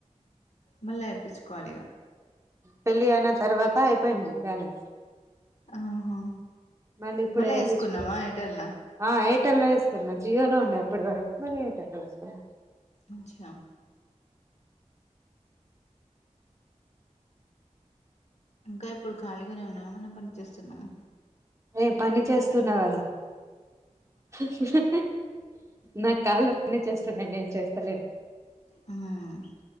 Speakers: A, on the left; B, on the right.
A: మళ్ళా ఏపిచ్చుకోవాలి ఇగ
B: పెళ్లి అయిన తర్వాత అయిపోయింది బ్యాలెన్స్.
A: ఆహా
B: మళ్ళీ ఇప్పుడు
A: మళ్ళా
B: ఏపిచ్చుకో
A: ఏసుకున్నావా ఎయిర్టెల్లా
B: ఆ ఎయిటెల్ లో ఏసుకున్నా. జియోలో ఉండే అప్పటి వరకు, మళ్లీ ఎయిర్టెల్లో ఏసుకున్నా.
A: వచ్చినాం ఇంకా ఇప్పుడు ఖాళీగానే ఉన్నావా, ఏమైనా పని చేేస్తున్నావా?
B: ఏ పని చేస్తున్నా కదా? హ్ హ్ నాకు కాళ్ళ పనిచేస్తున్నాయి నేను చేస్తలేను.
A: హ్మ్